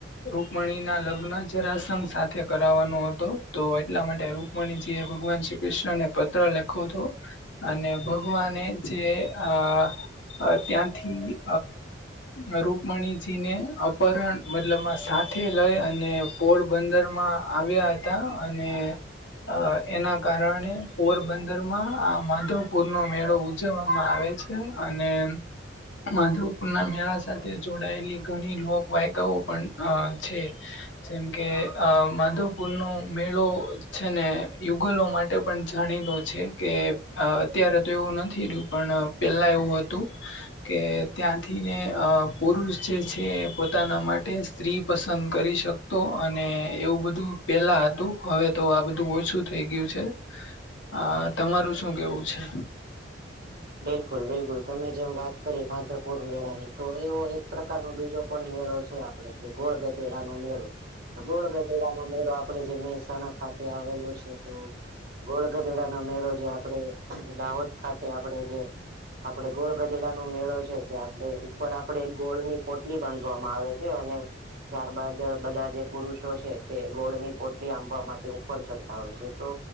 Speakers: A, on the left (about 75°); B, on the right (about 55°).
A: રૂકમણી ના લગ્ન જરાસઘ સાથે કરવાનો હતો તો એટલા માટે રૂકમણીજી એ ભગવાન શ્રી કૃષ્ણને પત્ર લયખો હતો અને ભગવાને જે આ અ ત્યાંથી અ રૂકમણીજીને અપહરણ મતલબમાં સાથે લઈ અને પોરબંદર માં આવ્યા હતા અને અ એના કારણે પોરબંદર માં આ માધવપુર નો મેળો ઉ જવવામાં આવે છે અને માધવપુર ના મેળા સાથે જોડાયેલી ઘણી લોક વાયકાઓ પણ છે. જેમ કે અ માધવપુર નો મેળો છે ને યુગલો માટે પણ જાણીતો છે કે અત્યારે તો એવું નથી રહ્યું પણ પેલા એવું હતું કે ત્યાંથીને અ પુરુષ જે છે પોતાના માટે સ્ત્રી પસંદ કરી શક તો અને એવું બધું પેલા હતું હવે તો આ બધું ઓછું થઈ ગયું છે. આ તમારું શું કેવું છે?
B: બિલકુલ બિલકુલ તમે જેમ વાત કરી માધવપુર મેળા ની તો એવો એક પ્રકાર નો બીજો પણ મેળો છે. કે ગોળ ગધેડા નો મેળો ગોળ ગધેડા નો મેળો આ પડે જે મહેસાણા ખાતે આવેલો છે તો ગોળ ગધેડાનો મેળો જે આપડે દાહોદ ખાતે આપડે જે આપડે ગોળ ગધેડા નો મેળો છે તે આપડે ઉપર આપડે ગોળની પોટલી બાંધવામાં આવે છે અને ત્યારબાદ બધા જે પુરુષો છે તે ગોળ ની પોટલી આંબવા માટે ઉપર ચડતા હોય છે તો